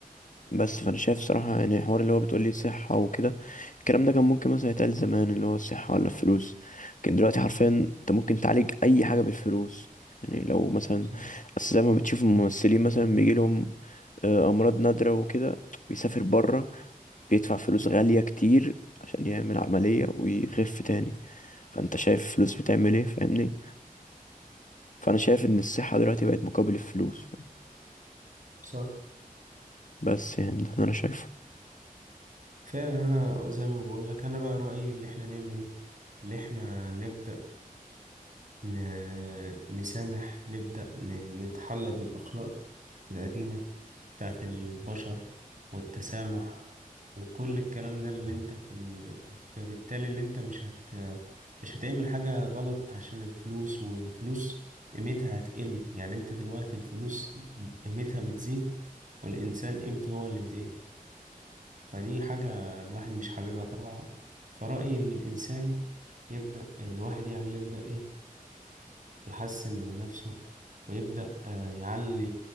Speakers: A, on the left (about 60°); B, on the right (about 60°).
A: بس فانا شايف صراحة يعني الحوار اللي هو بتقولي صحة وكده الكلام ده كان ممكن مثلا يتقال زمان اللي هو الصحة ولا الفلوس لكن دلوقتي حرفيا انت ممكن تعالج اي حاجة بالفلوس يعني لو مثلا
B: صح
A: اصل زي ما بتشوف الممثلين مثلا بيجيلهم آه، امراض نادرة وكده بيسافر بره بيدفع فلوس غالية كتير عشان يعمل عملية ويخف تاني فانت شايف الفلوس بتعمل ايه فاهمني فانا شايف ان الصحة دلوقتي بقت مقابل الفلوس فاهم؟
B: صح
A: بس يعني ده اللي انا شايفه
B: فعلا انا زي ما بقولك انا بقى رأيي اللي احنا نعمل ايه اللي احنا نبدأ ن- نسامح نبدأ ن- نتحلى بالأخلاق القديمة بتاعت البشر والتسامح وكل الكلام ده اللي انت في ال... فبالتالي اللي انت مش هت مش هتعمل حاجة غلط عشان الفلوس والفلوس قيمتها هتقل يعني انت دلوقتي الفلوس قيمتها بتزيد والإنسان قيمته هو اللي بتقل فدي حاجة الواحد مش حاببها طبعا فرأيي إن الإنسان يبدأ الواحد يعني يبدأ إيه يحسن من نفسه ويبدأ آه، يعلي